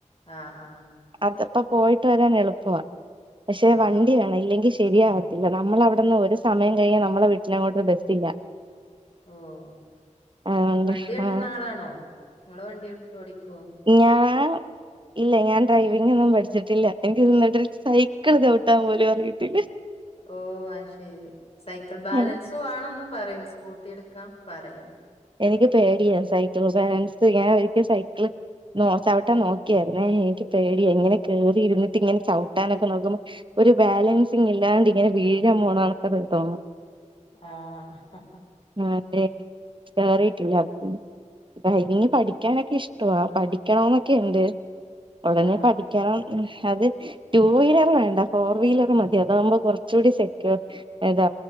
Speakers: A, on the left (about 50°); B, on the right (about 40°).
A: ആഹ് ആഹ്.
B: അതപ്പോ പോയിട്ട് വരാൻ എളുപ്പവാ പക്ഷെ
A: ആഹ്
B: വണ്ടി വേണം ഇല്ലെങ്കി ശെരിയാവത്തില്ല ന്നമ്മള അവടന്ന് ഒരു സമയം കയ്ഞ്ഞാ ന്നമ്മളെ വീട്ടിനങ്ങോട്ട് ബസ് ഇല്ല.
A: ഓഹ്
B: ആഹ്
A: വണ്ടി ഓട്ടുന്ന
B: ആഹ്
A: ആളാണോ ങ്ങള് വണ്ടി ഓ ഓടിക്കോ?
B: ഞാൻ ഇല്ല ഞാൻ ഡ്രൈവിംങന്നും പഠിച്ച്ട്ടില്ല എനിക്ക് ഇതിന്നിട്ടരു സൈക്കിള് ചൗട്ടാൻ പോലും അറിയത്തില്ല.
A: ഓഹ് അഅ്‌ ശരി സൈക്ക്ൾ ബാലൻസ്
B: ആ
A: വാണന്ന് പറയും സ്കൂട്ടി ഇട്ക്കാം പറയും.
B: എനിക്ക് പേടിയാ സൈക്ക്ൾ ബാലൻസ് ഞാ ഒരിക്കെ സൈക്ക്ള് നോ ചവ്ട്ടാൻ നോക്കിയാര്ന്നേ എനിക്ക് പേടിയായ് ഇങ്ങനെ കേറി ഇരുന്നിട്ട് ഇങ്ങനെ ചൗട്ടാനൊക്ക നോക്കുമ്പോ ഒരു ബാലൻസിംങ് ഇല്ലാണ്ട് ഇങ്ങനെ വീഴാൻ പോണണക്കത് തോന്നും.
A: ആഹ്.
B: ആ അതെ കേറിട്ടില്ല അ ഡൈവിങ്ങ് പഠിക്കാനൊക്കെ ഇഷ്ടവാ പഠിക്കണന്നൊക്കെ ഉണ്ട് ഉടനെ
A: ആഹ്
B: പഠിക്കണം അത് ടു വീലർ വേണ്ട ഫോർ വീലർ മതി അതാവുമ്പോ കുറച്ച കൂടി സെക്ക താ